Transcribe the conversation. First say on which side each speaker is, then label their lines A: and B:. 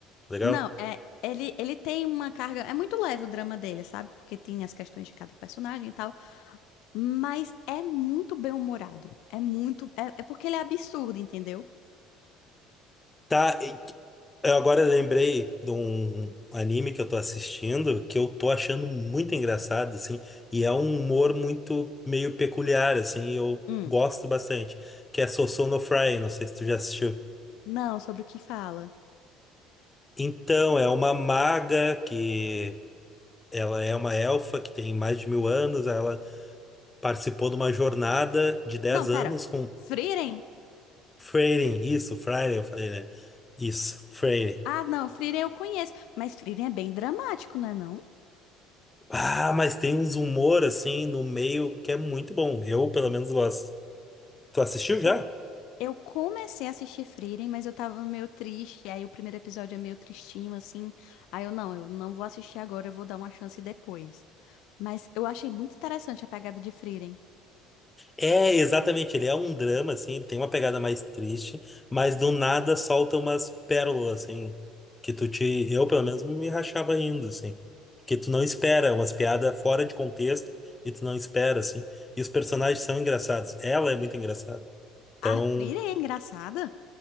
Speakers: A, on the left; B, on the left.
A: Legal?
B: Não, é. Ele, ele tem uma carga. É muito leve o drama dele, sabe? Porque tem as questões de cada personagem e tal. Mas é muito bem-humorado. É muito. É, é porque ele é absurdo, entendeu?
A: Tá, e- eu agora lembrei de um anime que eu tô assistindo que eu tô achando muito engraçado, assim, e é um humor muito meio peculiar, assim, e eu
B: Hum.
A: gosto bastante, que é Sosou no Fry, não sei se tu já assistiu.
B: Não, sobre o que fala.
A: Então, é uma maga que ela é uma elfa que tem mais de mil anos. Ela participou de uma jornada de 10
B: Não, pera.
A: anos com
B: Frieren?
A: Freyrin. Isso, Freyrin, eu falei, né? Isso, Freyrin.
B: Ah, não, Frieren eu conheço. Mas Frieren é bem dramático, não é não?
A: Ah, mas tem uns humor assim no meio que é muito bom. Eu, pelo menos, gosto. Tu assistiu
B: Eu,
A: já?
B: eu comecei a assistir Frieren, mas eu tava meio triste. Aí o primeiro episódio é meio tristinho, assim. Aí eu, não, eu não vou assistir agora, eu vou dar uma chance depois. Mas eu achei muito interessante a pegada de Frieren.
A: É, exatamente, ele é um drama, assim, ele tem uma pegada mais triste, mas do nada solta umas pérolas, assim, que tu te... Eu, pelo menos, me rachava rindo, assim. Porque tu não espera, é umas piadas fora de contexto, e tu não espera, assim. E os personagens são engraçados. Ela é muito engraçada. Então,
B: A Frieren é engraçada?